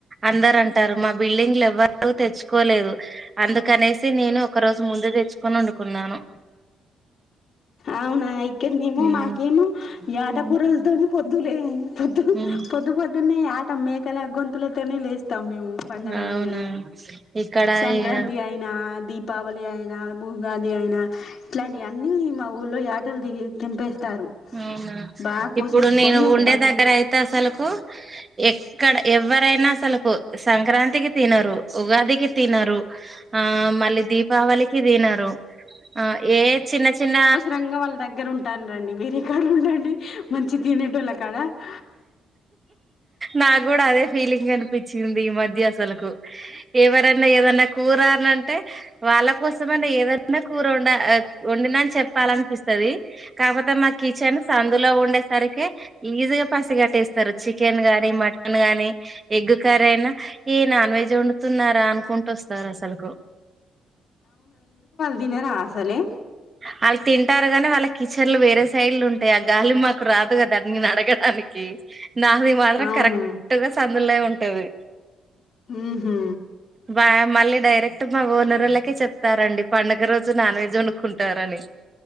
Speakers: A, on the right; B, on the left.
A: అందరు అంటారు మా బిల్డింగ్ లో ఎవ్వరు తెచ్చుకోలేదు అందుకనేసి నేను ఒక రోజు ముందు తెచ్చుకొని వండుకున్నాను
B: అవునా ఇక్కడనేమో
A: ఉమ్
B: మాకేమో యాట
A: ఉమ్
B: కూరలతోని పొద్దులే పొద్దు
A: ఉమ్
B: పొద్దు పొద్దున్నే యాట మేకల గొంతులతోనే లే తమ్ము పండుగనంగానే
A: అవునా ఇక్కడ
B: సంక్రాంతి
A: ఇగ
B: అయినా, దీపావళి అయినా, ఉగాది అయినా ఇట్లాంటివన్నీ మా ఊళ్లో యాటలు దిగి తెంపేస్తారు
A: అవునా
B: బాగా కోసేసుకొని
A: ఇప్పుడు నేను
B: ఒక
A: ఉండే
B: పది
A: దగ్గర
B: మంది
A: అయితే అసలుకు ఎక్కడ ఎ ఎవ్వరైనా అసలుకు సంక్రాంతికి తినరు ఉగాదికి తినరు ఆ మళ్ళీ దీపావళికి తినరు ఆ ఏ చిన్న చిన్న
B: రంగా వాళ్ళ దగ్గర కంటారండి వేరేక్కడ ఉండండి మంచి తినేటోళ్ల కాడ ఏ
A: నా గుడా అదే ఫీలింగ్ అనిపించింది ఈ మధ్య అసలుకు ఎవరైనా ఏదన్నా కూర అని అంటే వాళ్ళ కోసమన్న ఏదన్న కూర ఉండ వండినని చెప్పాలనిపిస్తది కాకపోతే మా కిచెన్ సందులో ఉండేసరికి ఈజీగా పసిగాట్టేస్తారు చికెన్ గాని మటన్ గాని ఎగ్ కర్రీ అయినా ఈ నాన్ వెజ్ వండుతున్నారా అనుకుంటూ వస్తారు అసలుకు
B: దినరా అసలే
A: వాళ్ళు తింటారు గానీ వాళ్ళ కిచెన్లు వేరే సైడ్లు ఉంటాయి ఆ గాలి మాకు రాదు కదా నేను అడగడానికి కి నాది మాత్రం
B: అవునా
A: కరెక్ట్ గా సందులే ఉంటది.
B: మ్ హు
A: బా మళ్ళీ డైరెక్ట్ మా ఓనరోళ్లకే చెప్తారండి. పండుగ రోజు నాన్ వెజ్ వండుకుంటారని.